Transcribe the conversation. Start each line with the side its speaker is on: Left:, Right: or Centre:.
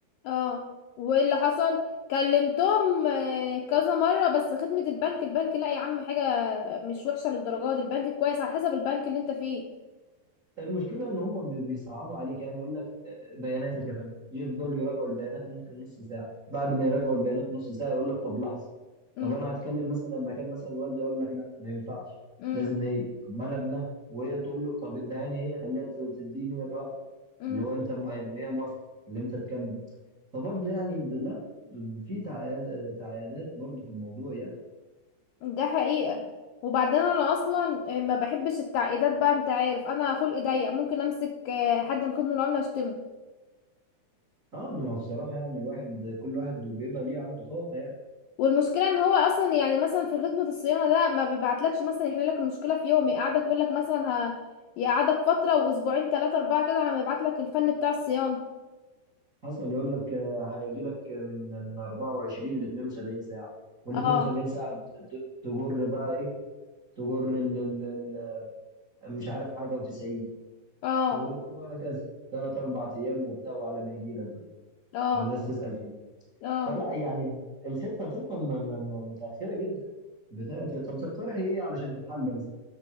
Left: اه وايه اللي حصل كلمتهم آه، كذا مره بس خدمه البنك البنك لا يا عم حاجه مش وحشه للدرجه دي البنك كويس على حسب البنك اللي انت فيه
Right: المشكله ان هم بي- بيصعبوا عليك يعني يقول لك آه، آه، بياناتك يا فندم يفضلوا يراجعوا البيانات ممكن نص ساعه بعد ما يراجعوا البيانات نص ساعه يقول لك طب لحظه
Left: امم
Right: طب انا هتكلم مثلا مكان مثلا الوالده يقول لك لا ما ينفعش
Left: امم
Right: لازم هي طب ما انا ابنها وهي تقول له طب ادعيني هي خليها ت- تديني الراي
Left: امم
Right: اللي هو انت مو- ان هي موافقه اللي انت تكمل فبرضه يعني ب- لا في تعياد- تعيادات برضه في الموضوع يعني
Left: ده حقيقه وبعدين انا اصلا آه، ما بحبش التعقيدات بقى انت عارف انا خلقي ضيق ممكن امسك آه، حد من خدمه العملاء اشتمه
Right: اه ما هو بصراحه يعني الواحد كل واحد بيبقى ليه عنده طاقه يعني
Left: والمشكله ان هو اصلا يعني مثلا في خدمه الصيانه ده ما بيبعتلكش مثلا يحل لك المشكله في يوم يقعدك يقول لك مثلا ه... يقعدك فتره واسبوعين ثلاثه اربعه كده على ما يبعت لك الفن بتاع الصيانه
Right: حصل يقول لك آه، هيجي لك آه، من من 24 ل 72 ساعه وال
Left: اه
Right: 72 ساعه ت- ت- تجر بقى ايه تجر ال ال ال مش عارف حاجه و90
Left: اه
Right: وهكذا ثلاث اربع ايام وبتاع وعلى ما يجي لك بقى
Left: اه
Right: والناس تسال فيه
Left: اه
Right: فلا يعني الخطه الخطه م- م- م- متاخره جدا بتاعت طب تقترح ايه علشان تتحل مثلا